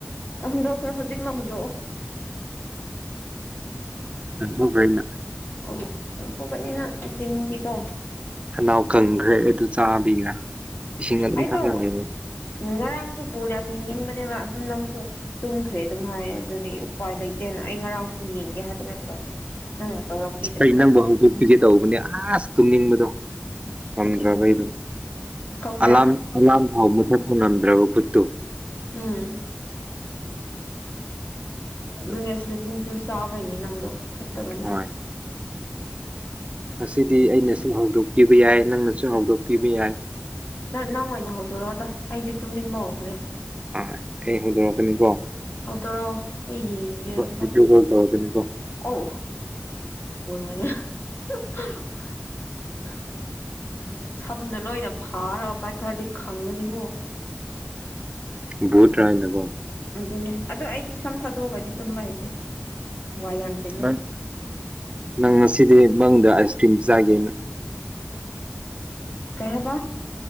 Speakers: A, on the left; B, on the right.
A: ꯍꯨꯗꯣꯛ ꯍꯧꯖꯤꯛꯃꯛ ꯍꯟꯗꯣꯛꯑꯣ
B: ꯂꯪꯊꯣꯛꯈ꯭ꯔꯦ ꯑꯩꯅ
A: ꯑꯣ ꯂꯪꯊꯣꯛꯀꯅꯤ ꯅꯪ ꯅꯆꯤꯟꯗꯤꯀꯣ
B: ꯈꯥꯅꯥꯎ ꯀꯪꯈ꯭ꯔꯦ ꯑꯗꯨ ꯆꯥꯕꯒꯤꯔ ꯏꯁꯤꯡ ꯑꯗꯨꯝ
A: ꯑꯩꯗꯣ
B: ꯊꯛꯂ ꯂꯩꯔꯦ
A: ꯉꯔꯥꯡꯗꯣ ꯕꯣꯜ ꯌꯥꯝ ꯌꯦꯡꯅꯤꯡꯕꯅꯦꯕ ꯑꯗꯨ ꯅꯪꯁꯨ ꯇꯨꯝꯈ꯭ꯔꯦ ꯑꯗꯨꯝ ꯍꯥꯏꯌꯦ ꯑꯗꯨꯗꯤ ꯎꯄꯥꯏ ꯂꯩꯇꯦꯅ ꯑꯩ ꯉꯔꯥꯡꯁꯨ ꯌꯦꯡꯒꯦ ꯍꯥꯏꯕ ꯅꯠꯇ꯭ꯔꯣ ꯅꯪꯅ ꯇꯧꯔꯛꯄꯤꯗ꯭ꯔꯕ
B: ꯑꯩ ꯅꯪꯕꯨ ꯍꯧꯗꯣꯛꯄꯤꯒꯦ ꯇꯧꯕꯅꯦ ꯑꯁ ꯇꯨꯝꯅꯤꯡꯕꯗꯣ ꯉꯝꯗ꯭ꯔꯕ
A: ꯑꯗꯨꯅꯦ
B: ꯑꯩꯗꯣ
A: ꯈꯪꯕ꯭ꯔꯥ
B: ꯑꯦꯂꯥꯝ ꯐꯥꯎ ꯃꯨꯊꯠꯄ ꯉꯝꯗ꯭ꯔꯕ ꯈꯨꯠꯇꯨ
A: ꯎꯝ
B: ꯑꯗꯣ
A: ꯑꯗꯨꯅꯦ <unintelligible> ꯆꯥꯕꯩꯅꯦ ꯅꯪꯗꯣ ꯐꯠꯇꯕꯅꯦ
B: ꯍꯣꯏ ꯉꯁꯤꯗꯤ ꯑꯩꯅ ꯁꯨꯝ ꯍꯧꯗꯣꯛꯄꯤꯕ ꯌꯥꯏ ꯅꯪꯅ ꯁꯨ ꯍꯧꯗꯣꯛꯄꯤꯕ ꯌꯥꯏ
A: ꯅꯪ ꯅꯪ ꯑꯣꯏꯅ ꯍꯧꯗꯣꯔꯛꯑꯣꯗ ꯑꯩꯗꯤ ꯇꯨꯝꯅꯤꯡꯕ ꯍꯧꯈ꯭ꯔꯦ
B: ꯍꯣꯢ ꯊꯦꯡꯅ ꯍꯧꯗꯣꯛꯔꯛꯀꯅꯤꯀꯣ
A: ꯍꯧꯗꯣꯛꯔꯛꯑꯣ ꯑꯩ ꯌꯦꯡꯒꯦꯕꯀꯣ
B: ꯚꯤꯗꯤꯑꯣ ꯀꯣꯜ ꯇꯧꯔꯛꯀꯅꯤꯀꯣ
A: <unintelligible> <unintelligible> <unintelligible> ꯁꯝꯗꯣ ꯂꯣꯏꯅ ꯐꯥꯔꯕ ꯄꯥꯏꯈ꯭ꯔꯗꯤ ꯈꯪꯒꯅꯤꯀꯣ
B: ꯕꯨꯠ ꯔꯅꯀꯣ
A: ꯑꯗꯨꯅꯦ ꯑꯗꯣ ꯑꯩꯗꯤ ꯁꯝ ꯊꯥꯗꯣꯛꯑꯒꯗꯤ ꯇꯨꯝꯕ ꯍꯩꯇꯦ ꯋꯥꯏ ꯌꯥꯝ ꯆꯤꯜꯂꯦ
B: ꯅꯪ ꯅꯪ ꯉꯁꯤꯗꯤ ꯃꯪꯗ ꯑꯥꯏꯁ ꯀ꯭ꯔꯤꯝ ꯆꯥꯒꯦꯅ
A: ꯎꯝꯝꯝ <inaudible> ꯀꯩ ꯍꯥꯢꯕ